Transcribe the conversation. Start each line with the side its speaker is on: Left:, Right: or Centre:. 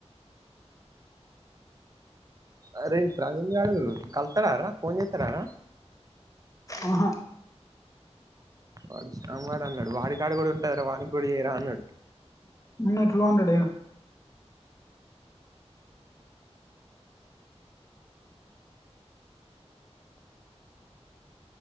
Right: అరే ప్రవీణ్ గాడు కలుతడారా ఫోన్ జెత్తడారా?
Left: ఆహా
Right: వాడు సామ్ గాడు అన్నాడు వాడి కాడ కూడా ఉంటదిరా వాని కూడా చేయరా అన్నాడు.
Left: మోన్న టూ హండ్రెడ్ ఏ